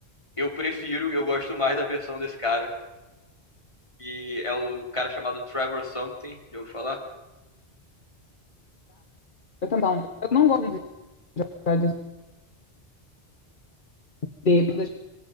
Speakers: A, on the left (about 30°); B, on the left (about 50°).
A: Eu prefiro, eu gosto mais da versão desse cara. E é o cara chamado Trevor Something, já ouviu falar?
B: eu também não, eu não gosto muito das de- das